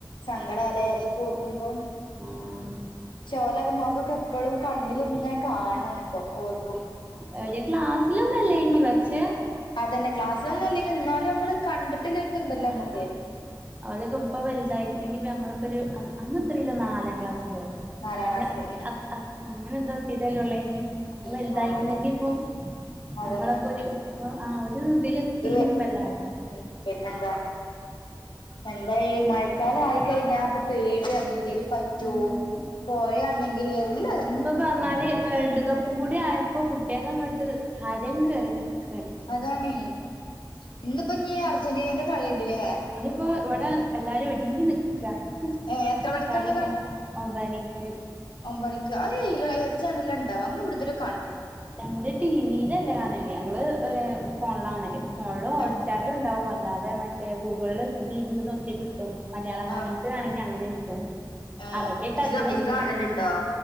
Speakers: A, on the left; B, on the right.
A: സങ്കടാലേ അതൊക്കെ ഓർക്കുമ്പോ.
B: ആഹ്
A: ച്ഓലക്കെ മൊഖൊക്കെ ഇപ്പളും കണ്ണില്ങ്ങനെ കാണണിപ്പോ ഓർക്ക
B: ആ ഒരു ക്ലാസ്സിലൊന്നുഅല്ലായിന്നു പക്ഷേ
A: അതന്നെ ക്ലാസ്സിലൊന്നുംഅല്ലായിന്നു ഇന്നാലും നമ്മള് കണ്ടിട്ടൊള്ളൊരു ഇത് ണ്ടല്ലോനമ്മുക്ക്.
B: ആഹ് ആഹ് അവലൊക്കെ ഇപ്പ വലുതായിക്കണെങ്കി നമ്മളൊക്കെ ഒരു അന്നത്രയിലാ നാലാം ക്ലാസ് യോ
A: നാലാം
B: അങ്ങന
A: ക്ലാസ്സില് ഉം
B: അ അ അങ്ങനെ എന്തോ എത്തിട്ടെല്ലൊള്ളയ്നി. അഹ്
A: ഉം
B: വലുതായിക്കണങ്കി
A: നാലാം ക്ലാസ്
B: ഇപ്പൊ
A: അതന്നെ
B: നമ്മളൊക്കെ ഒരു ആ ഒരു ഇതില്.
A: ഇത്
B: ഇനിപ്പല്ലാരും
A: ഉം പിന്നെന്താ എന്തായാലും മ സ്ഥല ആയി കഴിഞ്ഞാ ഇപ്പൊ പേടിയാണ് എന്തേലും പറ്റോ
B: ഉം
A: പോഴയാണെങ്കിൽ എല്ലാം.
B: ഇപ്പൊ പറഞ്ഞാല് വേൾഡ് കപ്പും കൂടി ആയപ്പോ കുട്ടേൾക്ക് അങ്ങ്ട്ട് ഹരം കേറി നിക്കാണ്.
A: അതാണയ് ഇന്ന്പ്പോ ഞി അർജന്റീനന്റെ കളിണ്ട്ല്ലേ.
B: ഇപ്പൊ ഇവിടെ എല്ലാരും ഒരുങ്ങി നിക്കാണ്
A: ഏ എത്ര മണിക്കാണ്
B: കളി കാണാ ഒമ്പതണിക്ക്.
A: ഒമ്പണിക്ക് അഹ് ഈലേത് ചാനലില ഇണ്ടാവ നമ്മൾ ഇബടെ തരെ കണ്
B: ഞങ്ങള് ടിവിയിലല്ല കാണല് ഞങ്ങള് എഹ് ഫോണിലാ കാണല് ഫോണ്ല് ഹോട്ട്
A: ആഹ്
B: സ്റ്റാറ്ല് ഇണ്ടാവും അല്ലാതെ മറ്റേ ഗൂഗിളിൽ ലിങ്ക് നോക്കിയ കിട്ടും മലയാളം കമൻ
A: ആഹ്
B: ത് ആണെങ്കി അങ്ങനെ കിട്ടും
A: ആഹ്
B: അറബിക്കെ
A: ഇജ്ജ്
B: അധികം
A: ഇജ്ജ്
B: കിട്ടാ
A: കാണലുണ്ടോ